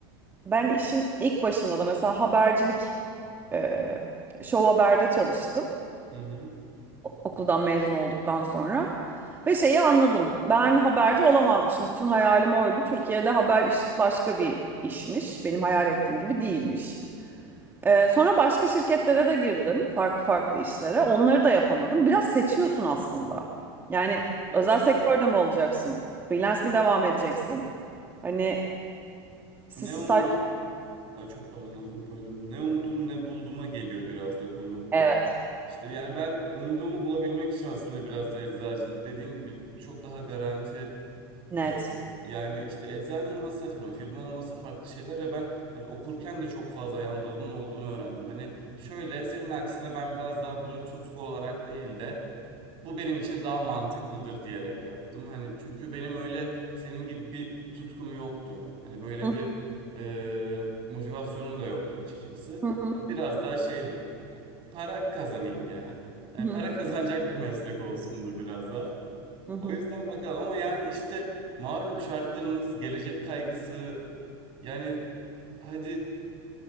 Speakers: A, on the right; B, on the right.
A: Ben işin ilk başında da mesela habercilik e, Show Haber'de çalıştım
B: Hı hı.
A: o- okuldan mezun olduktan sonra. Ve şeyi anladım. Ben haberci olamazmışım. Bütün hayalim oydu. Türkiye'de haber iş başka bir işmiş. Benim hayal ettiğim gibi değilmiş. Ee, sonra başka şirketlere de girdim. Farklı farklı işlere. Onları da yapamadım. Biraz seçiyorsun aslında. Yani
B: İşte
A: özel sektörde mi olacaksın? Freelance mi devam edeceksin? Hani siz
B: ne
A: staj...
B: umdum, ay çok pardon lafını böldüm. Ne umdum ne bulduğuma geliyor biraz da konu.
A: Evet.
B: İşte yani ben umduğumu bulabilmek için aslında biraz da eczacılık dediğin gibi çok daha garanti.
A: Net.
B: Ee, yani işte eczane olmazsa firma, firma olmazsa farklı şeyler ve ben hani okurken de çok fazla yandalının olduğunu öğrendim. Hani şöyle senin aksine ben biraz daha bunu tutku olarak değil de bu benim için daha mantıklıdır diyerek yaptım. Hani çünkü benim öyle senin gibi bir tutkum yoktu. Hani böyle
A: Hı
B: bir e, motivasyonum da yoktu açıkçası.
A: hı hı
B: Biraz daha şeydim para kazanayım ya. Yani
A: hı.
B: para kazanacak bir meslek olsundu biraz da.
A: hı.
B: O yüzden bakalım ama yani işte malum şartlarımız, gelecek kaygısı yani hadi